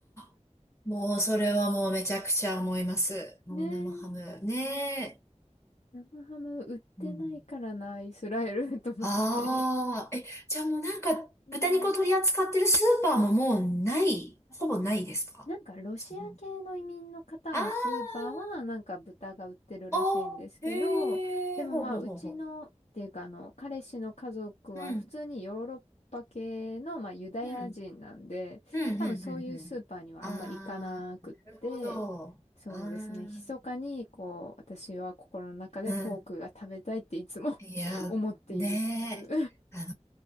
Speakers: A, on the left (about 20°); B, on the left (about 70°).
A: あ、もうそれはもうめちゃくちゃ思います。もう生ハム。
B: ねえ。
A: ね
B: 生ハム売ってないからな、
A: え。うん。
B: イスラエル <laughs> と思って。
A: ああ、え、じゃあもうなんか、
B: うん。
A: 豚肉を取り扱ってるスーパーももうない、ほぼないですかその
B: なんかロシア系の移民の方のスーパーはなんか豚が売ってるらしいんですけど、
A: ああ、あ、へ
B: でもまあうちのっていうかあの彼氏の家族は普通にヨーロッパ系のまあユダヤ人なんで、
A: え、ほうほうほうほう。うん、うん、うん、うん、
B: 多分そういうスーパーにはあんま行かなくって、
A: うん、うん。ああ、なるほど。ああ、
B: そうですね、密かにこう私は心の中でポークが食べたいっていつも
A: うん。いや、
B: <laughs> 思っているという
A: ねえ、
B: <laughs>
A: あの、